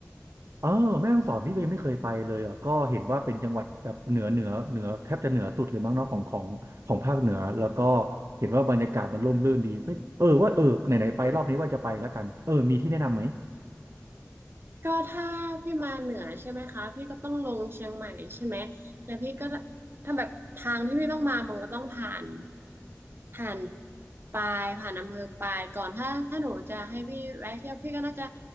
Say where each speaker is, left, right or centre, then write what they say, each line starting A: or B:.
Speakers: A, on the right; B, on the right.
A: เออแม่ฮ่องสอนนี่ก็ยังไม่เคยไปเลยอ่ะก็เห็นว่าเป็นจังหวัดแบบเหนือเหนือเหนือแทบจะเหนือสุดเลยมั้งเนาะของของของภาคเหนือแล้วก็เห็นว่าบรรยากาศมันร่มรื่นดีไม่เออว่าเออไหนไหนไปรอบนี้ว่าจะไปแล้วกันเออมีที่แนะนำไหม
B: ก็ถ้าพี่มาเหนือใช่ไหมคะพี่ก็ต้องลงเชียงใหม่ใช่ไหมแล้วพี่ก็ถ้าแบบทางที่พี่ต้องมามันก็ต้องผ่านผ่านปายผ่านอำเภอปายก่อนถ้าถ้าหนูจะให้พี่แวะเที่ยวพี่ก็น่าจะ